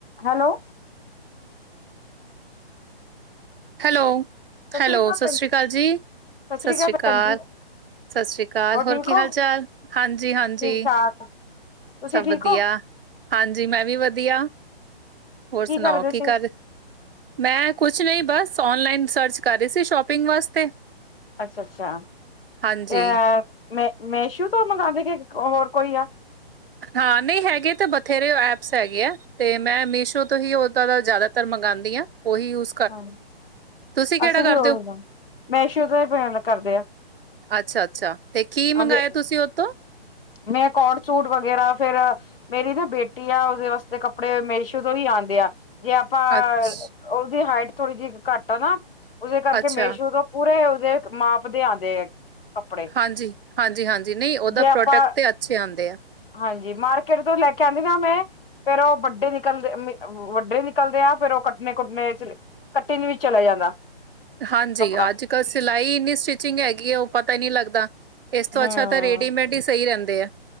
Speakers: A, on the left (about 60°); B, on the right (about 65°).
A: Hello
B: hello,
A: ਸਤਿ
B: hello
A: ਸ੍ਰੀ ਅਕਾਲ
B: ਸਤਿ
A: ਭੈਣ
B: ਸ਼੍ਰੀ ਅਕਾਲ ਜੀ, ਸਤਿ
A: ਸ੍ਰੀ
B: ਸ਼੍ਰੀ ਅਕਾਲ।
A: ਭੈਣ ਜੀ
B: ਸਤਿ ਸ਼੍ਰੀ ਅਕਾਲ ਹੋਰ
A: ਠੀਕ
B: ਕੀ
A: ਹੋ
B: ਹਾਲ-ਚਾਲ? ਹਾਂਜੀ-ਹਾਂਜੀ।
A: ਠੀਕ ਠਾਕ ਤੁਸੀਂ
B: ਸਭ
A: ਠੀਕ
B: ਵਧੀਆ,
A: ਹੋ
B: ਹਾਂਜੀ ਮੈਂ ਵੀ ਵਧੀਆ। ਹੋਰ ਸੁਣਾਓ
A: ਕਰਦੇ
B: ਕੀ
A: ਸੀ
B: ਕਰ ਮੈਂ ਕੁਛ ਨਈਂ ਬਸ ਓਨਲਾਈਨ ਸਰਚ ਕਰ ਰਹੀ ਸੀ ਸ਼ੋਪਿੰਗ ਵਾਸਤੇ।
A: ਅੱਛਾ-ਅੱਛਾ,
B: ਹਾਂਜੀ
A: ਅ ਮੇ-ਮੇਸ਼ੂ ਤੋਂ ਮੰਗਾਵੇ ਕੇ ਹੋਰ ਕੋਈ ਆ?
B: ਹਾਂ, ਨਈਂ ਹੈਗੇ ਤਾਂ ਬਥੇਰੇ ਐਪਸ ਹੈਗੇ ਆ। ਤੇ ਮੈਂ ਮੀਸ਼ੋ ਤੋਂ ਹੀ ਉਹਦਾ ਦਾ ਜ਼ਿਆਦਾਤਰ ਮੰਗਾਉਂਦੀ ਆਂ, ਉਹੀ ਯੂਜ
A: ਹਾਂ,
B: ਤੁਸੀਂ ਕਿਹੜਾ
A: ਅਸੀਂ
B: ਕਰਦੇ
A: ਵੀ ਉਹੀ,
B: ਹੋ
A: ਮੇਸ਼ੂ ਤੋਂ ਹੀ ਪੇਮੇਂਟ ਕਰਦੇ ਆ।
B: ਅੱਛਾ-ਅੱਛਾ, ਤੇ ਕੀ ਮੰਗਾਇਆ
A: ਹਾਂਜੀ
B: ਤੁਸੀਂ ਓ ਤੋਂ।
A: ਮੈਂ ਕੋੌੜ ਸੂਟ ਵਗੈਰਾ ਫੇਰ ਮੇਰੀ ਨਾ ਬੇਟੀ ਆ ਉਹਦੇ ਵਾਸਤੇ ਕੱਪੜੇ ਮੇਸ਼ੋ ਤੋਂ ਹੀ ਆਉਂਦੇ ਆ ਜੇ ਆਪਾਂ
B: ਅੱਛ
A: ਵੀ ਹਾਈਟ ਥੋੜ੍ਹੀ ਜਿਹੀ ਘੱਟ ਆ ਨਾ ਉਸਦੇ ਕਰਕੇ
B: ਅੱਛਾ
A: ਮੇਸ਼ੂਰ ਪੂਰੇ ਉਹਦੇ ਮਾਪ ਦੇ ਆਉਂਦੇ ਆ। ਕੱਪੜੇ
B: ਹਾਂਜੀ- ਹਾਂਜੀ -ਹਾਂਜੀ, ਨਹੀਂ ਉਹਦਾ
A: ਜੇ
B: ਪ੍ਰੋਡਕਟ
A: ਆਪਾਂ
B: ਤੇ ਅੱਛੇ ਆਉਂਦੇ ਆ
A: ਹਾਂਜੀ ਮਾਰਕੀਟ ਤੋਂ ਲੈ ਕੇ ਆਉਂਦੀ ਨਾ ਮੈਂ ਫੇਰ ਉਹ ਵੱਡੇ ਨਿਕਲਦੇ, ਵੱਡੇ ਨਿਕਲਦੇ ਆ ਫੇਰ ਉਹ ਕੱਟੇ ਕੁੱਟੇ ਕੰਟਿੰਨ ਵੀ ਚਲਾ ਜਾਂਦਾ
B: ਹਾਂਜੀ,
A: ਕੱਪੜਾ
B: ਅੱਜ ਕੱਲ੍ਹ ਸਿਲਾਈ ਇੰਨੀ ਸਟਿਚਿੰਗ ਹੈਗੀ ਹੈ ਉਹ ਪਤਾ ਹੀ ਨਹੀ ਲੱਗਦਾ ਇਸ ਤੋਂ
A: ਹਮ,
B: ਅੱਛਾ ਤਾਂ ਰੇਡੀਮੇਡ ਹੀ ਸਹੀ ਰਹਿੰਦੇ ਆ।